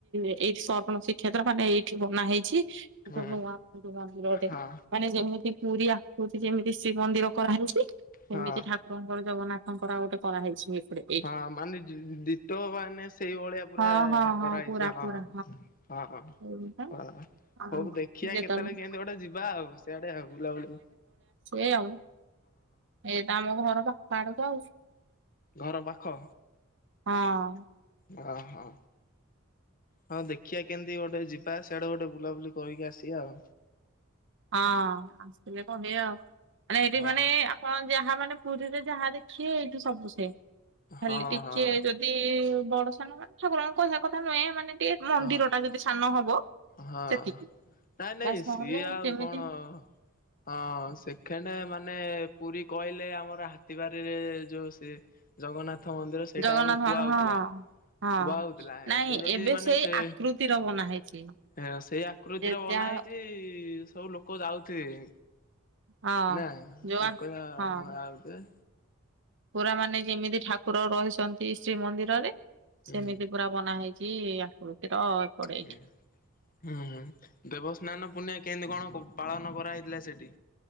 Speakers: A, on the right; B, on the left.
A: ଏଇଠି ସପଣ ଶ୍ରୀକ୍ଷେତ୍ର ମାନେ ଏଇଠି ବନା ହେଇଛି। ଗୋଟେ
B: ହୁଁ
A: ନୂଆ ଆଖ ମନ୍ଦିରରେ
B: ହଁ
A: ମାନେ ଯେମିତି ପୁରୀ ଆଖୃତି ଯେମିତି ଶ୍ରୀମନ୍ଦିର କରାହଉଛି ସେମିତି
B: ହଁ
A: ଠାକୁରଙ୍କର ଜଗନ୍ନାଥଙ୍କର ଆଉ ଗୋଟେ କରାହେଇଛି। ଏପଟେ ଏଇଠି।
B: ହଁ ମାନେ ଦ୍ୱିତ ମାନେ ସେଇଭଳିଆ ପୁରା
A: ହଁ ହଁ ହଁ
B: କରାହେଇଛି
A: ପୁରା
B: ହଁ
A: ପୁରା
B: ହଁ। ହଁ ହଁ
A: ଏଇଟା
B: ହଁ।
A: ଆଉ
B: ହଉ ଦେଖିବା
A: ଯେତେବେଳେ
B: କେତେବେଳେ କେତଳ କେମିତି ଗୋଟେ ଯିବା ଆଉ ସିଆଡେ ଆଉ ବୁଲାବୁଲି
A: ଏଇ ଆଉ ଏଇ ତ ଆମ ଘର ପାଖ ଆଡୁ ତ ଆଉ।
B: ଘର ପାଖ
A: ହଁ।
B: ଓହୋ। ହଁ ଦେଖିବା କେମିତି ଗୋଟେ ଯିବା ସିଆଡେ ଗୋଟେ ବୁଲାବୁଲି କରିକି ଆସିବା ଆଉ।
A: ହଁ ଆସିଲେ କହିବା ଆଉ ମାନେ ସେଇଠି ମାନେ
B: ହଁ।
A: ଆପଣ ଯାହା ମାନେ ପୁରୀରେ ଯାହା ଦେଖିବେ ଏଇଠି ସବୁ ସେମ୍ ଖାଲି
B: ହଁ
A: ଟିକେ
B: ହଁ
A: ଯଦି ବଡ ମାନେ ଠାକୁରଙ୍କ କହିବା କଥା ନୁହେଁ ମାନେ ଟିକେ ମନ୍ଦିର
B: ହଁ
A: ଟା ଯଦି ସାନ ହବ।
B: ହଁ।
A: ସେତିକି
B: ନାଇଁ ନାଇଁ
A: ବାସ୍
B: ସିଏ
A: ନହେଲେ
B: ଆଉ
A: ଯେମିତି
B: କଣ ହଁ ସେକେଣ୍ଡ ମାନେ ପୁରୀ କହିଲେ ଆମର ହାତୀ ବାରିରେ ଯୋଉ ସେ ଜଗନ୍ନାଥ ରଥ ମନ୍ଦିର ସେଇଟା
A: ଜଗନ୍ନାଥ
B: ଆ
A: ମାନ
B: କୁହା ହଉଥିଲା।
A: ହଁ ହଁ
B: କୁହା ହଉଥିଲା
A: ନାଇଁ
B: ଏବେ ଯଦି ମାନେ
A: ସେଇ
B: ସେ
A: ଆକୃତିର ବନା ହେଇଛି
B: ହଁ ସେଇ ଆକୃତିର
A: ଯେ
B: ବନା
A: ଯାହା
B: ହେଇଛି ସବୁ ଲୋକ ଯାଉଥିବେ।
A: ହଁ
B: ନା
A: ଯୋଉ
B: ଲୋକେ ଏହା
A: ହଁ ପୁରା ମାନେ ଯେମିତି ଠାକୁର ରହିଛନ୍ତି ଶ୍ରୀମନ୍ଦିରରେ
B: ହୁଁ।
A: ସେମିତି ପୁରା ବନା ହେଇଛି। ଛି ଆକୃତିର। ଏପଟେ
B: ହୁଁ ହୁଁ ଦେବସ୍ନାନ ପୂର୍ଣ୍ଣିମା କେମିତି କଣ ପାଳନ କରାହେଇଥିଲା ସେଠି।